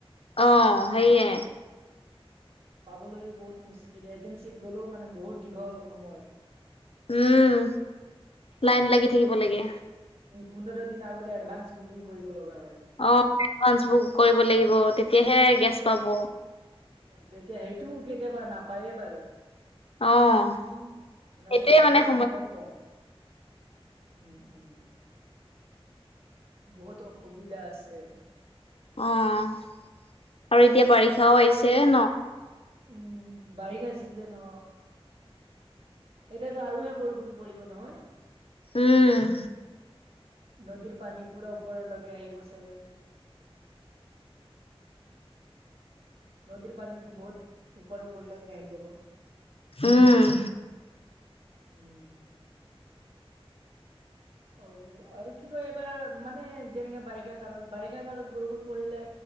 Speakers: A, on the left; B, on the right.
A: অ সেইয়ে।
B: পাবলৈও বহুত মুস্কিল, এজেঞ্চীত গ'লেও মানে বহুত দীঘল সময়।
A: উম, লাইন লাগি থাকিব লাগে।
B: উম, পোন্ধৰ দিন আগতে এডভান্স বুকিং কৰিব লগা হয়।
A: অ, <inaudible>
B: উম,
A: বুক কৰিব লাগিব তেতিয়াহে গেছ পাব।
B: উম, তেতিয়া সেইটো কেতিয়াবা নাপায়ে বাৰু।
A: অ'।
B: উম মানে
A: সেইটোয়ে
B: বহুত
A: সময়
B: অপখিত। উম উম। বহুত অসুবিধা আছে।
A: অহ আৰু এতিয়া বাৰিষাও আহিছে ন?
B: উম, বাৰিষা চিজন এতিয়াতো আৰু হে বৰষুণ পৰিব নহয়?
A: উম।
B: নদীৰ পানী পুৰা ওপৰলৈকে আহিব চাগে? নদীৰ পানীটো বহুত ওপৰ ওপৰলৈকে আহি যাব।
A: উম।
B: উম। অ এ আৰু কি কয় এইবাৰ মানে যেনেকে বাৰিষা কালত, বাৰিষা কালত বৰষুণ পৰিলে